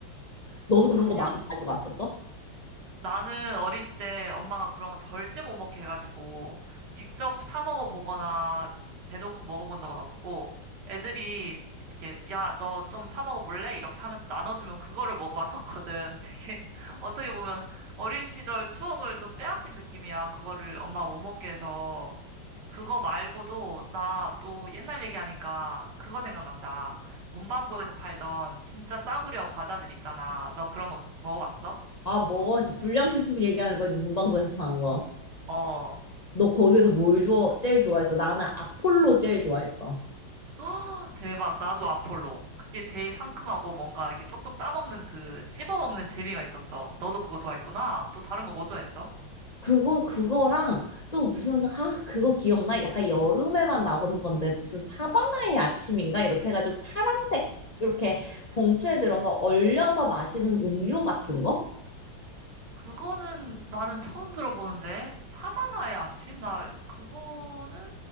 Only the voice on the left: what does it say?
<laughs> 너도 그런
거 많이 가져갔었어?
아, 뭐지? 불량식품 얘기하는 거지. 문방구에서 파는 거.
너 거기서 뭘 좋아, 제일 좋아했어? 나는 아폴로 제일 좋아했어.
그거 그거랑 또 무슨 아 그거 기억나? 약간 여름에만 나오는 건데 무슨 사바나의 아침인가 이렇게 해가지고 파란색 이렇게 봉투에 들어서 얼려서 마시는 음료 같은 거?